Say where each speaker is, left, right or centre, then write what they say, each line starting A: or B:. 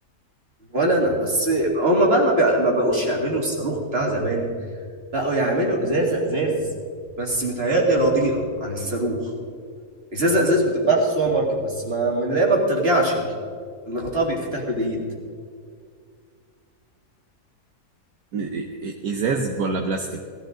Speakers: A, on the right (about 40°); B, on the right (about 75°).
A: ولا انا بس هما بقى ما, بقى ما بقوش يعملوا الصاروخ بتاع زمان بقوا يعملوا ازازه ازاز بس متهيألي رديئه عن الصاروخ ازازه ازاز بتتباع في السوبر ماركت بس ما من اللي هي ما بترجعش دي اللي غطاها بيتفتح بالايد
B: م- إ- إ- ازاز ولا بلاستيك